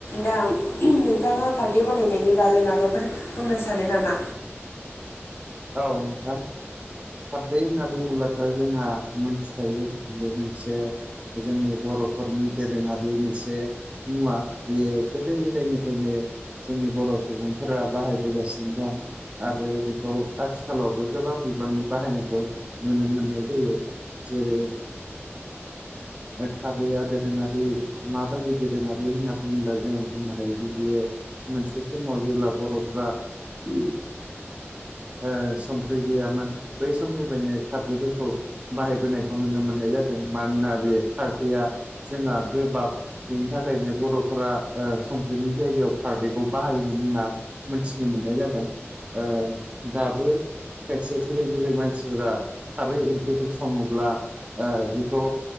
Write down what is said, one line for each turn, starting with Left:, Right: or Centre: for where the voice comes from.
Left: दा नोंथांङा खारदै बानायनायनि बागै माबाफोर बुंनो सानो नामा?
Right: औ नोंथां। खारदै होनना बुंङोब्लाथ' जोंहा मोनथिखायो बे मोनसे जोंनि बर'फोरनि दोरोंङारि मोनसे मुवा बेयो गोदो गोदायनिफ्रायनो जोंनि बर' सुबुंफोरा बाहायबोगासिनो दं। आरो बेखौ आथिखालावबो गोबां बिबांनि बाहायनायखौ नुनो मोननाय जायो जेरै खारैया दोरोंङारी। माबायदि दोरोंङारि होनना बुंङो जों बुंनो हायोदि बियो मोनसे समाव जेब्ला बर'फ्रा ओ संख्रै गैयामोन बै समनिफ्रायनो खारदैफोरखौ बाहायबोनायखौ नुनो मोननाय जादों मानोना बे खारदैया जोंहा गोबाब। बिनि थाखायनो बर'फोरा ओ संख्रिनि जायगायाव खारदैखौ बाहायोमोन होनना मोनथिनो मोननाय जादों ओ दाबो खायसे बुरै मानसिफोरा खारै ओंख्रिफोर संङोब्ला ओ बेखौ